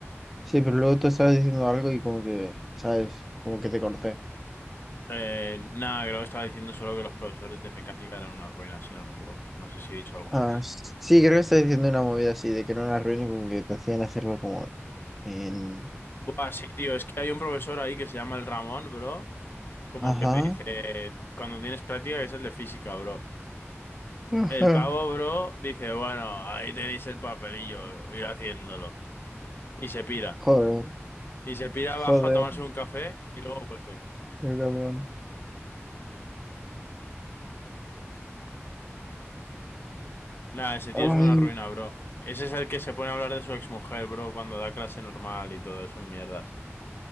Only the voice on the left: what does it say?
Eh, nada, creo que estaba diciendo solo que los profesores de mecánica eran una ruina, si no me equivoco. No sé si he dicho algo
más.
Buah, sí, tío, es que hay un profesor ahí que se llama el Ramón, bro. Como
que te dice, cuando tienes práctica, que es el de física, bro.
El pavo, bro, dice, bueno, ahí tenéis el papelillo,
ir haciéndolo. Y se pira.
Y se pira
abajo a tomarse un café y luego vuelve.
Nada, ese tío
es una ruina, bro. Ese es el que se pone a hablar de su exmujer, bro, cuando da clase normal y todo, es un mierdas.